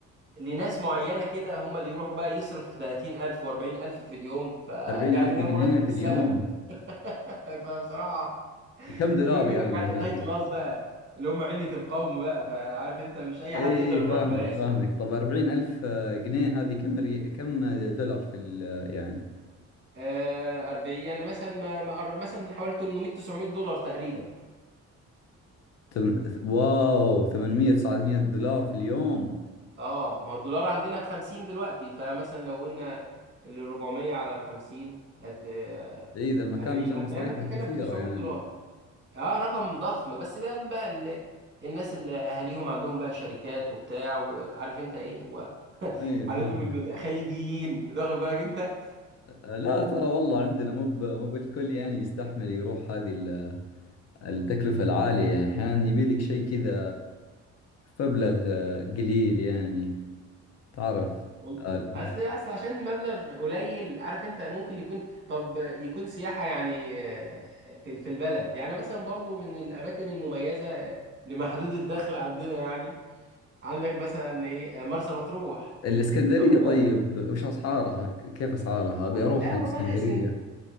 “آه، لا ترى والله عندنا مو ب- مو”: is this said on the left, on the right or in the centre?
Left